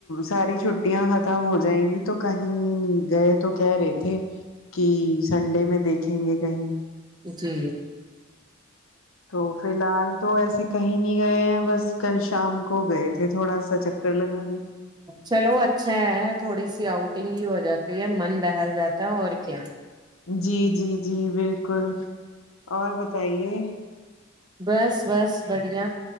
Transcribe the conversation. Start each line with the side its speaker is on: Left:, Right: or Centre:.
Left: ساری چھٹیاں ختم ہوجائیگی تو کہیں گئے تو کہہ رہے تھے کہ سنڈے میں دیکھیں گے کہیں
Right: جی
Left: تو فی الحال تو ایسے کہیں نہیں گئے ہیں بس کل شام کو گئے تھے تھوڑا چکر لگانے
Right: چلو اچھا ہے تھوڑی سی اؤٹنگ بھی ہوجاتی ہے من بہل جاتا ہے اور کیا
Left: جی جی جی بلکل اور بتائے
Right: بس بس بڑھیا